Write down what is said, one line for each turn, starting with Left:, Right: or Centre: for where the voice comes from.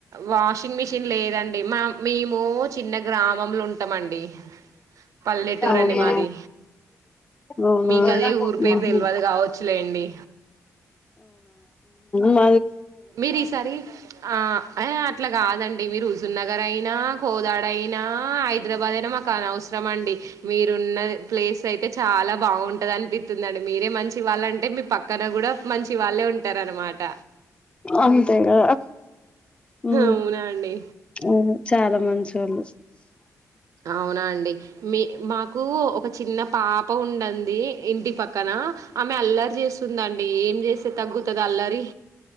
Right: వాషి మీ లేదండి మా మేము చిన్న గ్రామంలో ఉంటామండి, పల్లెటూరు
Left: అవునా
Right: అండి మాది,
Left: అవునా
Right: మీకు అదే ఊరి పేరు
Left: ఉహు
Right: తెలియదు కావచ్చులేండి
Left: మా
Right: మీరు ఈసారి ఆ అట్లా కాదండి అంటే మీరుుజున్నగారు అయినా హోదాడయినా, హైదరాబాద్ అయినా మాకు అనవసరం అండి, మీరున్న ప్లేస్ అయితే చాలా బాగుం అనిపిస్తుదండి మీరే మం మంచి వాళ్ళంటే మీ పక్కన కూడా మంచి వాళ్ళే ఉంటార అనమాట
Left: అంతేగా ఉ
Right: అవునా అండి
Left: అదే చాలా
Right: ఉమ్,
Left: మంచి వాళ్ళు
Right: అవునా అండి మీ మాకు ఒక చిన్న పా ప ఉండంది ఇంటి పక్క పక్కన ఆమె అల్లర్ చేస్ స్తుందండి ఏం చేస్తే తగ్గుతుంది అల్ల డి